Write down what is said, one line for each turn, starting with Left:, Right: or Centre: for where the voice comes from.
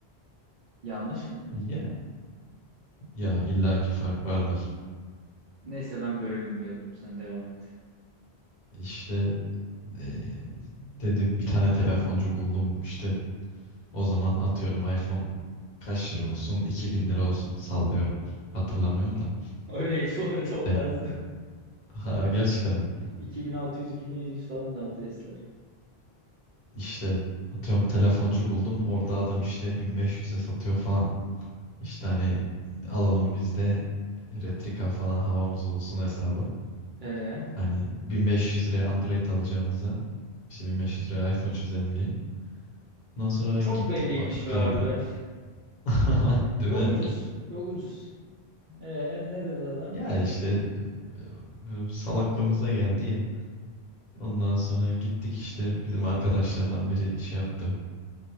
Right: Yanlış mı?
Left: ya ya
Right: O-
Left: illaki fark vardır.
Right: Neyse ben böldüm böldüm sen devam et.
Left: İşte e, dedi bir tane telefoncu buldum. İşte o zaman atıyorum iPhone kaç lira olsun? 2000 lira olsun. Sallıyorum. Hatırlamıyorum da.
Right: Öyleydi bu arada o
Left: E,
Right: tarzda.
Left: ha, gerçekten mi?
Right: 2600-2700 falan da altı S'ler.
Left: İşte atıyorum telefoncu buldum. Orada adam işte 1500'e satıyor falan. İşte hani alalım biz de Retrika falan havamız olsun hesabı.
Right: Ee,
Left: Hani 1500 liraya Android alacağımıza işte 1500 liraya iPhone çözelim diye. Ondan sonra
Right: çok
Left: gittik
Right: belliymiş
Left: baktık
Right: be abi.
Left: abi. <laughs> Değil
Right: Çok
Left: mi?
Right: ucuz. Çok ucuz. Ee, ne dedi adam?
Left: Ya işte e, e, salaklığımıza geldi ya. Ondan sonra gittik işte bizim arkadaşlardan biri şey yaptı.